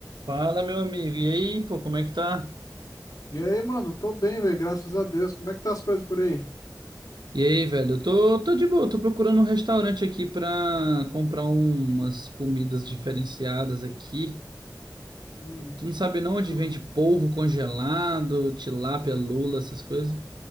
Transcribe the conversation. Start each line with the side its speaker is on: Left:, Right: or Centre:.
Right: Fala, meu amigo. E aí, pô, como é que tá?
Left: E aí, mano, tô bem, velho, graças a Deus. Como é que tá as coisas por aí?
Right: E aí, velho? Eu tô, tô de boa, tô procurando um restaurante aqui pra comprar umas comidas diferenciadas aqui.
Left: Hum,
Right: Tu não sabe não onde
Left: tu-
Right: vende polvo congelado, tilápia, lula, essas coisas?